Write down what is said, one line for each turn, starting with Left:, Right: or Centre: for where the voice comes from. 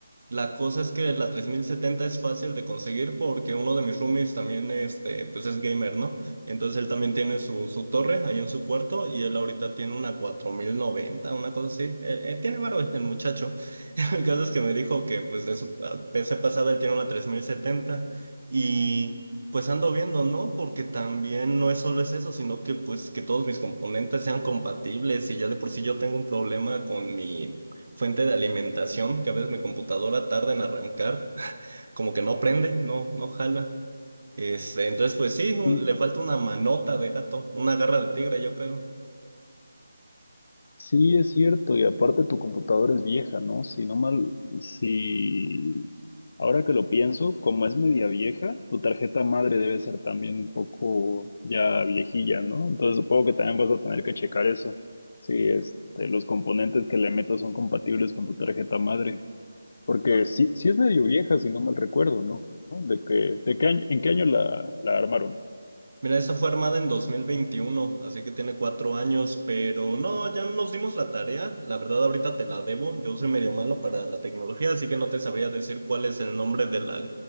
Right: La cosa es que la 3070 es fácil de conseguir porque uno de mis roomies también este, pues es gamer, ¿no? Entonces él también tiene su, su torre ahí en su cuarto y él ahorita tiene una 4090 una cosa así. Eh, eh, tiene varo el muchacho. <laughs> El caso es que me dijo que pues de su ah, PC pasada él tiene una 3070 y pues ando viendo, ¿no? Porque también no es solo es eso, sino que pues que todos mis componentes sean compatibles y ya de por sí yo tengo un problema con mi fuente de alimentación, que a veces mi computadora tarda en arrancar, <laughs> como que no prende, no, no jala. Este, entonces, pues sí, un-
Left: Sí,
Right: le falta una manota de gato, una garra de tigre, yo creo.
Left: sí, es cierto. Y aparte tu computadora es vieja, ¿no? Si no mal, si ahora que lo pienso, como es media vieja, tu tarjeta madre debe ser también un poco ya viejilla, ¿no? Entonces supongo que también vas a tener que checar eso. Si este, los componentes que le metas son compatibles con tu tarjeta madre. Porque
Right: No,
Left: sí, sí es medio vieja, si no mal recuerdo, ¿no? ¿No? ¿De que de qué año, en qué año la, la armaron?
Right: Mira, esa fue armada en 2021, así que tiene cuatro años, pero no, ya nos dimos la tarea. La verdad, ahorita te la debo. Yo soy medio malo para la tecnología, así que no te sabría decir cuál es el nombre de la,